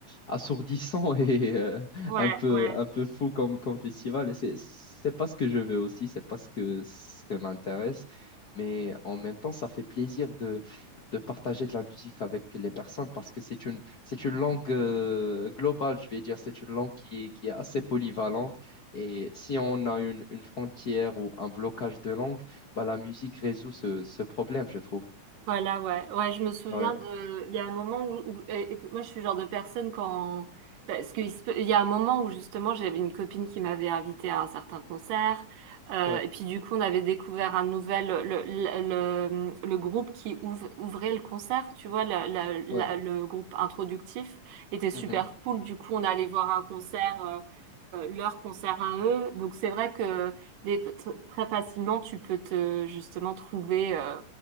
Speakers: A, on the left (about 55°); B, on the right (about 80°).
A: assourdissants <laughs> et euh,
B: Ouais,
A: un peu,
B: ouais.
A: un peu fous comme, comme festival. Et c'est, c'est pas ce que je veux aussi, c'est pas ce que, ce que m'intéresse. Mais en même temps, ça fait plaisir de partager de la musique avec les personnes parce que c'est une, c'est une langue euh, globale, je vais dire, c'est une langue qui est, qui est assez polyvalente. Et si on a une, une frontière ou un blocage de langue, bah, la musique résout ce, ce problème, je trouve.
B: Voilà, ouais. Ouais, je me souviens
A: Ouais,
B: de... Il y a un moment où... où- et- et puis moi, je suis le genre de personne quand... Parce qu'il se peut- il y a un moment où, justement, j'avais une copine qui m'avait invitée à un certain concert. euh,
A: ouais,
B: et puis, du coup, on avait découvert un nouvel... Le, le, le, le groupe qui ouv- ouvrait le concert, tu vois, la, la, la-
A: ouais.
B: le groupe introductif était super
A: Mhm.
B: cool. Du coup, on allait voir un concert... euh, euh, leur concert à eux. Donc c'est vrai que des- tr- très facilement tu peux te justement trouver euh,